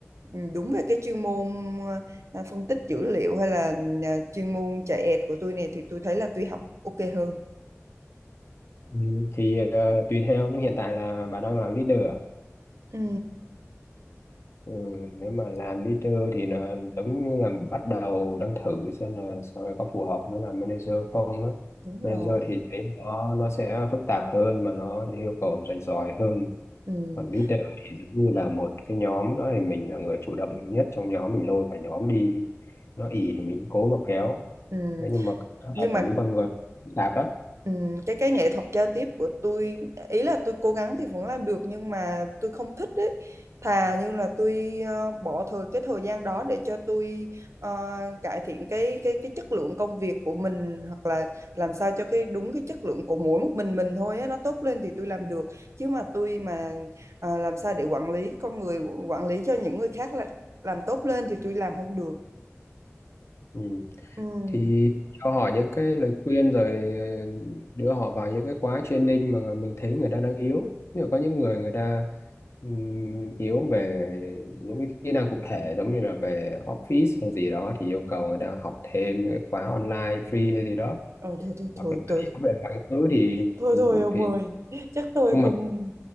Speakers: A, on the right; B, on the left.
A: ừ, đúng về cái chuyên môn ờ, phân tích dữ liệu hay là ờ, chuyên môn chạy ẹt của tôi này thì tôi thấy là tôi học ok hơn
B: Ừ, thì ờ, tùy theo, nhưng hiện tại là bà đang làm leader à?
A: ừ
B: Ừ, nếu mà làm leader thì là giống như là bắt đầu đang thử xem là sau này có phù hợp với làm manager không đó.
A: đúng
B: Manager
A: rồi
B: thì thấy nó nó sẽ phức tạp hơn mà nó yêu cầu rành giỏi hơn
A: ừ
B: còn leader thì giống như là một cái nhóm đó thì mình là người chủ động nhất trong nhóm mình lôi cả nhóm đi nó ì thì mình cũng cố mà kéo
A: ừ
B: đấy nhưng mà nhà
A: nhưng
B: quản
A: mà
B: lý con người phức tạp lắm
A: Ừm, cái cái nghệ thuật giao tiếp của tôi ý là tôi cố gắng thì vẫn làm được nhưng mà tôi không thích đấy thà như là tôi ờ, bỏ thời cái thời gian đó để cho tôi ờ, cải thiện cái cái cái chất lượng công việc của mình hoặc là làm sao cho cái đúng cái chất lượng của mỗi một mình mình thôi á, nó tốt lên thì tôi làm được chứ mà tôi mà ờ, làm sao để quản lý con người quản lý cho những người khác là làm tốt lên thì tôi làm không được
B: ừ.
A: ừ.
B: thì cho họ những cái lời khuyên rồi ờ, đưa họ vào những cái khóa training mà mình thấy người ta đang yếu nhưng mà có những người người ta ừm, yếu về những cái kỹ năng cụ thể giống như là về office hay gì đó thì yêu cầu người ta học thêm những cái khóa online free hay gì đó
A: Ờ, thôi thôi thôi
B: hoặc là
A: tôi
B: hiểu về quá khứ thì
A: Thôi thôi ông
B: thì
A: ơi, chắc tôi
B: nhưng
A: không
B: mà